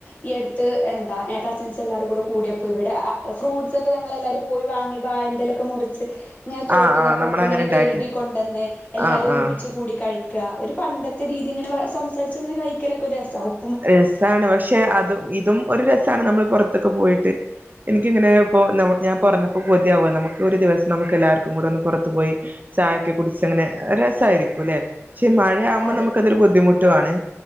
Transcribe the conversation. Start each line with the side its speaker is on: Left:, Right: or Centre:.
Left: ഈ അടുത്ത് എന്താ കസിൻസ് എല്ലാവരും കൂടെ കൂടിയപ്പോ ഇവിടെ ഫ്രൂട്ട്സ് ഒക്കെ ഞങ്ങളെല്ലാരും പോയി വാങ്ങി വായന്റലൊക്കെ മുറിച്ച് ഇങ്ങനെ തോട്ട്ന്നൊക്കൊ
Right: ആഹ് ആഹ് നമ്മള്
Left: ഒക്കെങ്ങനെ
Right: അങ്ങനെ ഇണ്ടാക്കി
Left: കഴുകി കൊണ്ടന്ന് എല്ലാരും
Right: ആഹ്
Left: ഒരുമി
Right: ആഹ്
Left: കൂടി കഴിക്ക ഒരു പണ്ടത്തെ രീതി ഇങ്ങനെ സംസാരിച്ചങ്ങനെ കഴിക്കലൊക്കെ രസമാവും
Right: രസമാണ് പക്ഷെ അതും ഇതും ഒരു രസമാണ് നമ്മൾ പുറത്ത് ക്കെ പോയിട്ട് എനിക്കിങ്ങനെ ഇ ഞാൻ പറഞ്ഞ ഇപ്പോ കൊതിയാവ നമുക്ക് ഒരുദിവസം നമുക്ക് എല്ലാവർക്കും കൂടെ ഒന്ന് പുറത്തു പോയി ചായക്കെ കുടിച്ച് അങ്ങനെ രസായിരിക്കൂല്ലേ പക്ഷെ മഴയാമ്പോ
Left: അതെ
Right: നമുക്കതൊരു ബുദ്ധിമുട്ടുംണ്